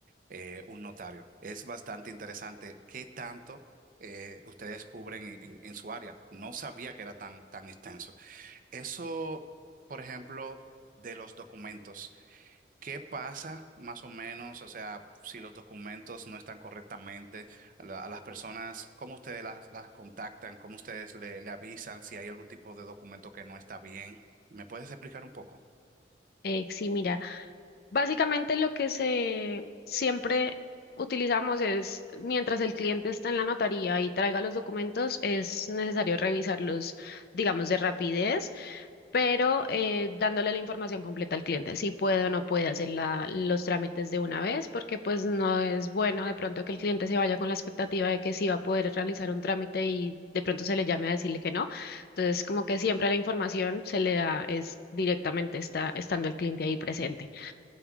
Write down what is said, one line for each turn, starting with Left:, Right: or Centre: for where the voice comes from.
Right: eh, un notario. Es bastante interesante qué tanto eh, ustedes cubren en, en- en su área. No sabía que era tan, tan extenso. Eso, por ejemplo, de los documentos. ¿Qué pasa más o menos? O sea, si los documentos no están correctamente, a, la- a las personas, ¿cómo ustedes las, las contactan? ¿Cómo ustedes le, le avisan si hay algún tipo de documento que no está bien? ¿Me puedes explicar un poco?
Left: Eh, sí, mira, Básicamente lo que se siempre utilizamos es, mientras el cliente está en la notaría y traiga los documentos, es necesario revisarlos, digamos, de rapidez, pero eh, dándole la información completa al cliente, si puede o no puede hacer la- los trámites de una vez, porque pues no es bueno de pronto que el cliente se vaya con la expectativa de que sí va a poder realizar un trámite y de pronto se le llame a decirle que no. Entonces, como que siempre la información se le da es directamente está, estando el cliente ahí presente.